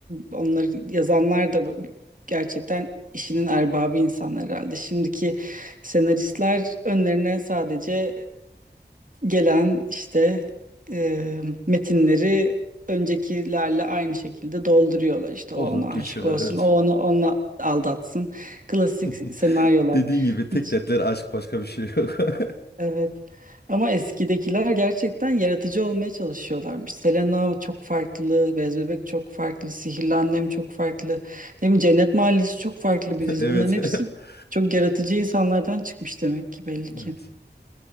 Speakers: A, on the right; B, on the left.
A: Onları yazanlar da gerçekten işinin erbabı insanlar herhalde. Şimdiki senaristler önlerine sadece gelen işte e, metinleri öncekilerle aynı şekilde dolduruyorlar. İşte o
B: Doldurup
A: ona
B: geçiyorlar
A: aşık olsun,
B: evet.
A: o onu onunla aldatsın. Klasik
B: <laughs>
A: senaryolar.
B: Dediğin gibi tek
A: Hiç
B: dertleri aşk başka bir şey yok. <laughs>
A: Evet. Ama eskidekiler gerçekten yaratıcı olmaya çalışıyorlarmış. Selena çok farklı, Bez Bebek çok farklı, Sihirli Annem çok farklı. Ne bileyim Cennet Mahallesi çok farklı bir dizi.
B: Evet.
A: Bunların hepsi
B: <laughs>
A: çok yaratıcı insanlardan çıkmış demek ki belli ki.
B: Evet.